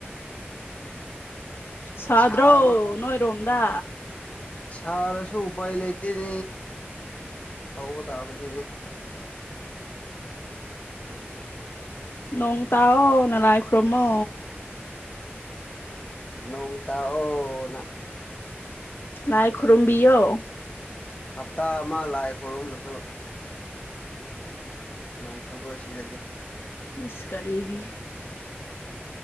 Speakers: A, on the left; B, on the left.
A: ꯁꯥꯗ꯭ꯔꯣꯅꯣ
B: ꯁꯥꯕ
A: ꯏꯔꯣꯝꯗ
B: ꯁꯥꯔꯁꯨ ꯎꯄꯥꯏ ꯂꯩꯇꯦꯅꯦ ꯇꯧꯕ ꯇꯥꯕꯅꯤꯗꯤ
A: ꯅꯣꯡ ꯇꯣ ꯅ ꯂ ꯍꯥꯏ ꯈꯨ꯭ꯔꯣꯃꯣ
B: ꯅꯣꯡꯇ ꯑꯣꯅ
A: ꯉꯥꯏ ꯈꯨꯔꯨꯝꯕꯤ ꯑꯣ
B: ꯍꯞꯇꯥ ꯑꯃ ꯂꯥꯛꯑꯦ ꯈꯔꯨꯝ ꯑꯃꯁꯁꯨ ꯅꯧ ꯇ ꯑꯁꯤ ꯂꯩꯗꯤ
A: ꯏꯁꯀꯔꯤꯒꯤ